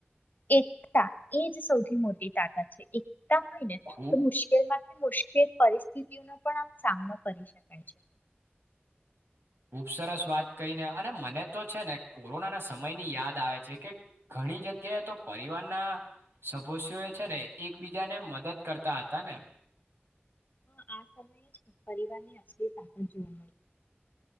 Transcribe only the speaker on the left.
એકતા એ જ સૌથી મોટી તાકાત છે એક એકતા હોયને
તો મુશ્કેલમાં મુશ્કેલ પરિસ્થિતિનો પણ આમ સામનો કરી શકાય છે.
હહ આ સમયે જ પરિવારની અશલી તાકાત જોવા મળી.